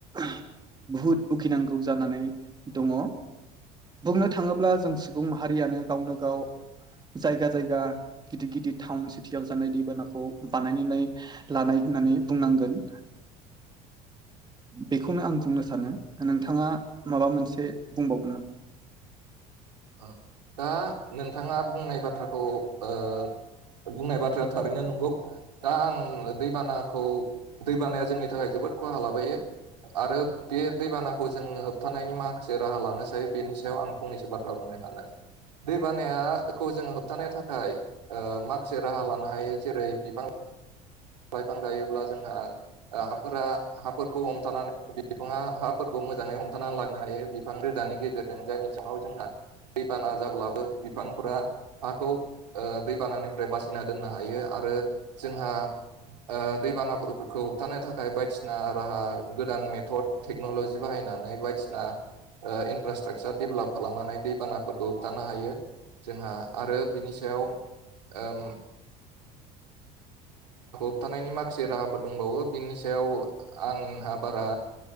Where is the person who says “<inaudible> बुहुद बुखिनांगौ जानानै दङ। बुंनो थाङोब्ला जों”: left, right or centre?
Right